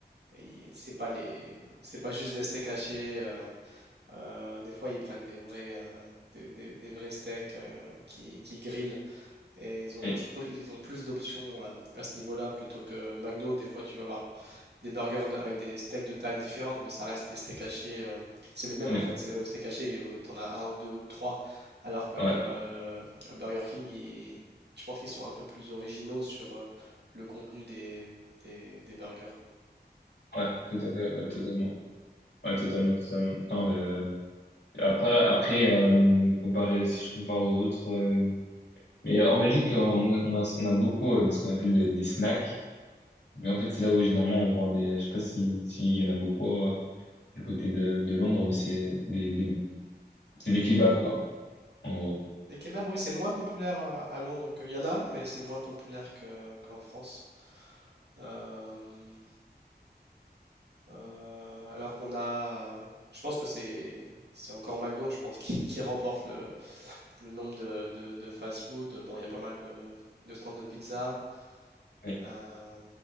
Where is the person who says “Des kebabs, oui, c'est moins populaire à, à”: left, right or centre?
Right